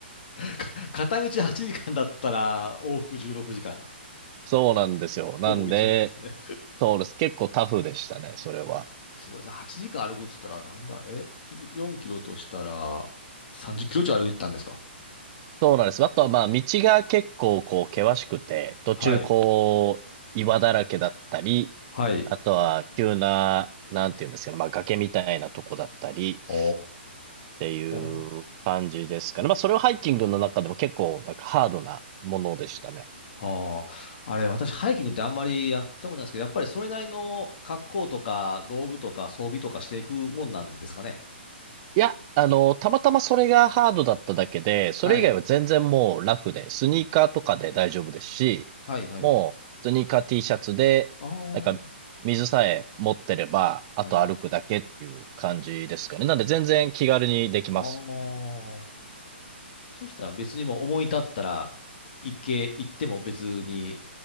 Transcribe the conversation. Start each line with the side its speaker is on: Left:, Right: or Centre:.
Left: か片道8時間だったら、往復16時間。
Right: そうなんですよ。なんで、
Left: ほぼ1日ですね。
Right: そうです。結構タフでしたね、それは。
Left: すごいさ、8時間歩くっつったら、なんだ、え、い4キロとしたら、30キロ以上歩いたんですか
Right: そうなんです。あとはまあ、道が結構こう、険しくて、途中こう、
Left: はい。
Right: 岩だらけだったり、
Left: はい。
Right: あとは急な、なんていうんですけど、まあ、崖みたいなとこだったりっ
Left: お
Right: ていう感じですかね。
Left: ー
Right: まあ、それをハイキングの中でも結構なんかハードなものでしたね。
Left: はあ、あれ、私、ハイキングってあんまりやったことないですけど、やっぱりそれなりの格好とか、道具とか、装備とかしていくもんなんですかね。
Right: いや、あの、たまたまそれがハードだっただけで、それ以外は全然もうラフで、
Left: はい。
Right: スニーカーとかで大丈夫ですし、
Left: はい、はい。
Right: もうスニーカー T シャツで、
Left: ああ、
Right: なんか水さえ持ってれば、
Left: はい。
Right: あと歩くだけっていう感じですかね。
Left: あ
Right: なんで全然気軽にできます。
Left: あ。そしたら別にもう思い立ったら、行け、行っても別に